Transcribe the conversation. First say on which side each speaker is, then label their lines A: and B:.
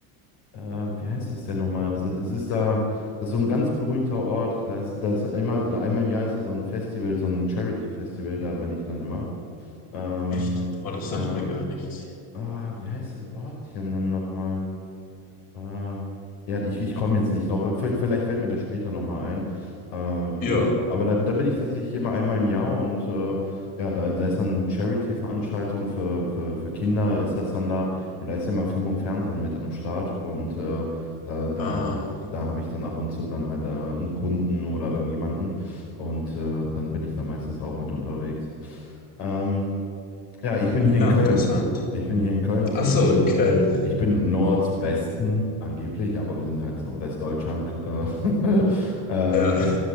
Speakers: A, on the left (about 75°); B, on the left (about 50°).
A: Äh, wie heißt das denn nochmal? Also, das ist da, das ist so ein ganz berühmter Ort. Da ist, da ist einmal, einmal im Jahr ist da so ein Festival, so ein Charity-Festival, da bin ich dann immer. Ähm,
B: Echt? Oh, das
A: ja.
B: sagt mir gar nichts.
A: Ah, wie heißt das Ortchen dann nochmal? Äh, ja, ich, ich komme jetzt nicht drauf. aber Vielleicht fällt mir das später nochmal ein. Äh, ja,
B: Ja.
A: aber da, da bin ich tatsächlich immer einmal im Jahr und äh, ja, da, da ist dann Charity-Veranstaltung für, für, für Kinder, ist das dann da. Und da ist immer Film und Fernsehen mit am Start. Und äh, da, da,
B: Ah,
A: da habe ich dann ab und zu dann halt äh, einen Kunden oder irgendjemanden. Und äh, dann bin ich da meistens auch mit unterwegs. Ähm, ja, ich bin hier
B: ja,
A: in Köln.
B: interessant.
A: Ich bin hier in Köln, das
B: Ach
A: heißt,
B: so,
A: ich bin,
B: in Köln.
A: ich bin Nordwesten angeblich, aber wir sind halt so Westdeutschland. Äh, <laughs> ähm,
B: Ja.